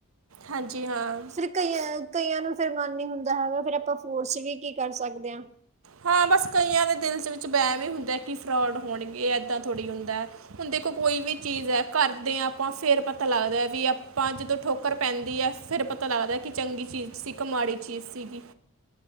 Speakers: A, on the right (about 70°); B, on the right (about 30°).
A: ਹਾਂਜੀ ਹਾਂ
B: ਫਿਰ ਕਈਆਂ ਕਈਆਂ ਨੂੰ ਫੇਰ ਮਨ ਨੀ ਹੁੰਦਾ ਹੈਗਾ ਫੇਰ ਆਪਾਂ ਫੋਰਸ ਵੀ ਕੀ ਕਰ ਸਕਦੇ ਹਾਂ।
A: ਹਾਂ ਬਸ ਕਈਆਂ ਦੇ ਦਿਲ ਵਿੱਚ ਵਹਿਮ ਹੀ ਹੁੰਦਾ ਕਿ ਫਰੋਡ ਹੋਣਗੇ ਏਦਾਂ ਥੋੜ੍ਹੀ ਹੁੰਦਾ ਹੁਣ ਦੇਖੋ ਕੋਈ ਵੀ ਚੀਜ਼ ਹੈ ਕਰਦੇ ਹ ਆਪਾਂ ਫਰ ਪਤਾ ਲੱਗਦਾ ਵੀ ਆਪਾਂ ਜਦੋਂ ਠੋਕਰ ਪੈਂਦੀ ਹੈ। ਫਿਰ ਪਤਾ ਲੱਗਦਾ ਕਿ ਚੰਗੀ ਚੀਜ਼ ਸੀ ਇੱਕ ਮਾੜੀ ਚੀਜ਼ ਸੀਗੀ